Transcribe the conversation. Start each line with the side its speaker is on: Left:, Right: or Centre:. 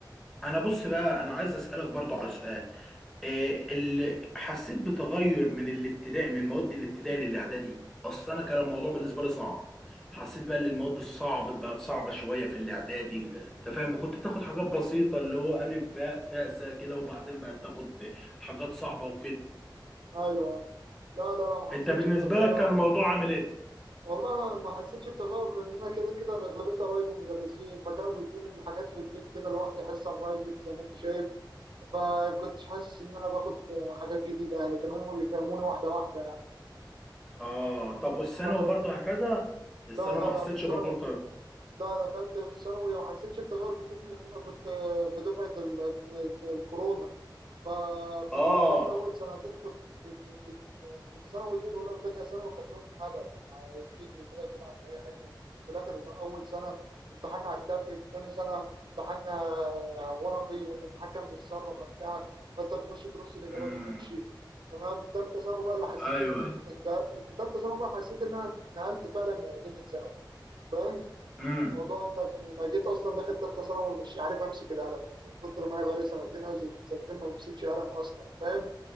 Centre: انا بص بقى انا عايز اسالك برضو على سؤال إيه اللي حسيت بتغير من الابتدائي من مواد الابتدائي للاعدادي اصل انا كان الموضوع بالنسبه لي صعب حسيت بقى ان المواد الصعبه بقت صعبه شويه في الاعدادي انت فاهم كنت بتاخد حاجات بسيطه اللي هو الف باء تاء سا كده وبعدين بقت تاخد حاجات صعبه وكده
Right: ايوه لا لا لا ما
Centre: انت
Right: حسيتش
Centre: بالنسبه
Right: بتغير
Centre: لك كان الموضوع عامل ايه
Right: والله ما حسيتش بتغير لان انا كده كده أنا اغلبيه قرايبي مدرسين فكانوا بيدوني الحاجات في البيت كده لوحدي حصه برايفت زي ما انت شايف فكنتش حاسس ان انا باخد حاجات جديده يعني كانوا هم بيفهموني واحده واحده يعني
Centre: اه طب والثانوي
Right: ف-
Centre: برضه هكذا الثانوي
Right: لا لا
Centre: ما حسيتش
Right: لا في الثانوي
Centre: برضه بت-
Right: لا دخلت في ثانوي وما حسيتش بتغير كتير لان انا كنت في دفعه ال- الكورونا فكنت
Centre: اه
Right: اخدت اول سنتين في في في في الثانوي دول اولى وثانيه ثانوي خدتهم هبل تجري كده وتلعب في اي حته في الاخر اول سنه امتحنا على التابلت ثاني سنه امتحنا ورقي والامتحان كان بيتسرب قبلها فانت بتخش ترص الاجابات
Centre: امم
Right: وتمشي تمام ثالثه ثانوي بقى اللي حسيت
Centre: ايوه
Right: ان
Centre: ايوه
Right: انت في ثالثه ثانوي بقى حسيت ان انا نقلت فعلا من اعدادي لثانوي فاهم؟
Centre: امم
Right: موضوع انت انا جيت اصلا داخل ثالثه ثانوي مش عارف امسك القلم من كتر ما انا بقالي سنتين او زي- من سنتين ما بمسكش قلم اصلا فاهم